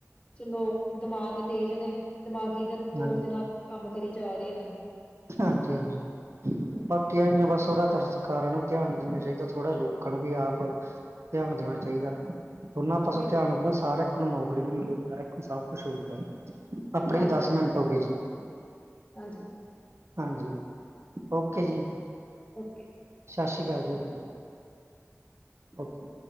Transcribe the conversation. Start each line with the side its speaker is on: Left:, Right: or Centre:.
Left: ਚਲੋ ਦਿਮਾਗ ਤੇਜ਼ ਨੇ ਦਿਮਾਗੀ ਦੇ ਤੌਰ
Right: ਹਾਂਜੀ
Left: ਦੇ ਨਾਲ ਕੰਮ ਕਰੀ ਜਾ ਰਹੇ ਨੇ
Right: ਹਾਂਜੀ- ਹਾਂਜੀ,
Left: ਹਾਂਜੀ
Right: ਬਾਕੀ ਆਈਆਂ ਬਸ ਉਹ ਤਰਸੋਂ ਸਰਕਾਰਾਂ ਨੂੰ ਵੀ ਧਿਆਨ ਦੇਣਾ ਚਾਹੀਦਾ, ਥੋੜ੍ਹਾ ਲੋਕਾਂ ਨੂੰ ਵੀ ਆਪ, ਧਿਆਨ ਦੇਣਾ ਚਾਹੀਦਾ ਦੋਨਾਂ ਪਾਸੇ
Left: ਬਿਲਕੁਲ
Right: ਧਿਆਨ ਰ ਹਰ ਇੱਕ ਨੂੰ ਨੌਕਰੀ ਵੀ ਮਿਲੇਗੀ, ਹਰ ਇੱਕ ਨੂੰ ਸਭ ਕੁਛ ਹੋਏਗਾ, ਆਪਣੇ
Left: ਹਾਂਜੀ-ਹਾਂਜੀ,
Right: ਵੀ ਦੱਸ ਟੋ ਕੇ ਜੀ <unintelligible>
Left: ਹਾਂਜੀ।
Right: ਹਾਂਜੀ। ਓਕੇ ਜੀ।
Left: ਓਕੇ
Right: ਸਤਿ ਸ੍ਰੀ ਅਕਾਲ ਜੀ, ਓਕੇ ਅੱਛਾ